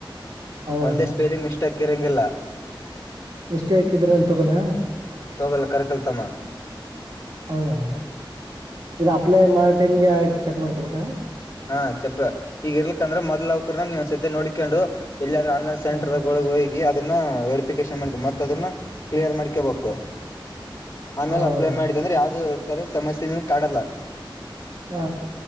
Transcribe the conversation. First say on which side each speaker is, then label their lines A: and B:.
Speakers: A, on the right (about 70°); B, on the left (about 40°).
A: ಹೌದಣ್ಣ
B: ಒಂದೇ ಸ್ಪೆಲಿಂಗ್ ಮಿಸ್ಟೇಕ್. ಕೆರೆಂಗೀಲ್ಲ.
A: ಮಿಸ್ಟೇಕ್ ಇದ್ರೆ ಅಂತ ತಗಲ್ಲ ಅ ಣ್ಣ.
B: ತೋಗಲ್ಲ ಕರಿ ಕಲ್ ತಮ್ಮ.
A: ಹೌದಣ ಇದು ಅಪ್ಲೈ ಮಾಡ. ಟೈಮ್ಗೆ ಆಯಿಲ್ ಚೆಕ್ ಮಾಡ್ಕೋಬೇಕಣ್ಣ.
B: ಹಾ ಚಪ್ಪ ಈಗ ಇರ್ಲಕಂದ್ರ ಮೊದ್ ಅವಕ್ರ ನೀವ ಒಂದ್ ಸತಿ ನೋಡಿಕೊಂಡು. ಎಲ್ಲಿಾದ್ರ ಆನ್ೈನ್ ಸೆಂಟರ್
A: ಹಾ
B: ಒಳ ಹೋಗಿ. ದ ವೆರಿಫಿಕೇಶನ್ ಮಾಡ್ ಮತ್ತುಅದನ್ನ ಕ್ಲಿಯರ್ ಮಾಡ್ಕೋಬೇಕು. ಆಮೇಲೆ
A: ಹೌದಣ್ಣ
B: ಅಪ್ಲೈ ಮಾಡಿದೆ ಅಂದ್ರೆ ಯಾವ್ದ. ಇ ತರ ಸಮಸ್ಯೆ ನೀನು ಕಾಡಲ್ಲ.
A: ಹಾ.